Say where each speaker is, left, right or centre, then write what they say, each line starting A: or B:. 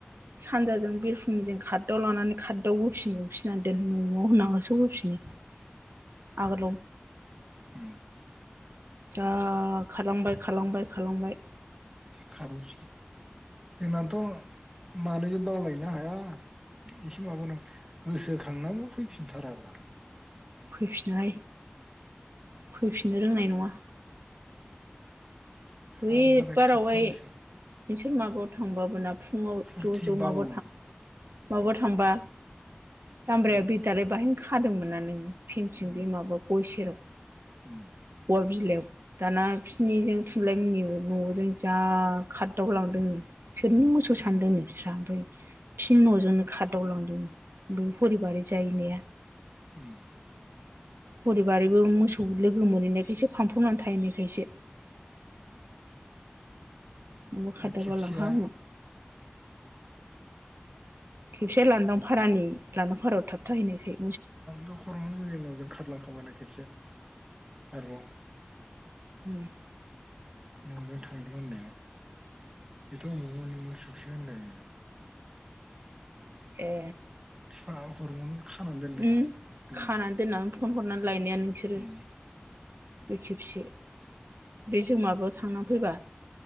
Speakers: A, on the right; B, on the right.
A: सानजाजों बि रखुमनि जों खारदाव लानानै खारदाव होफिन फिनानै दोन न'आव होननानैसो होफिन आगोलाव।
B: उम
A: जा खालांबाय खालांबाय खालांबाय
B: खारस जोंनाथ' मानै बावलायनो हाया? एसे माबानांग गोसोखांनौ फैफिनथाराब्रा
A: फैफिनोहाय फैफिननो रोंनाय नङा। बैबारावहाय
B: खारबाथाय खारथारोसो
A: नोंसोर मागआव थांबाबो ना फुङाव
B: फुरथि
A: ज' ज'
B: बावो
A: माब माबा
B: उम
A: थांबा दामब्राया
B: उम
A: बिदालाय बाहाय खादोंमोना नोङो फेनथिं
B: उम
A: बे माबा गय सेराव अवा
B: उम
A: बिलाइयाव दाना बिसिनिजों थुनलाइ मनि न'जों जा खारदावलांदोंनो। सोरनिनो मोसौ
B: उम
A: सानदोंनो बिस्रा ओमफ्राय फिन न'जोंनो खारदावलांदोंनो बे हरि बारि जायनाया।
B: उम
A: हरि बारिबो मोसौ लोगो मोनहैनायखायसो फानफ्रबनानै थाहैनायखायसो।
B: <inaudible>
A: नोंबो खारदाबा
B: आरो खेबसेया
A: लांखागोन। खेबसे लान्दां फारानि लान्दां फारायाव थाबथाहैनायखै।
B: दखराव मुलि नजों खारलाां खायना खिबसे आरोबाव
A: उम
B: न'जों थांदों होननाया बेथ' अबाव माने मोसौसै होनलाय।
A: ए।
B: सा हरमन खानानै दोनदों
A: उम
B: आं होननाया
A: खानानै दोननानै फन हरनानै लायनाया नोंसोरो।
B: उम
A: बे खेबसे। बे जों माबायाव थांना फैबा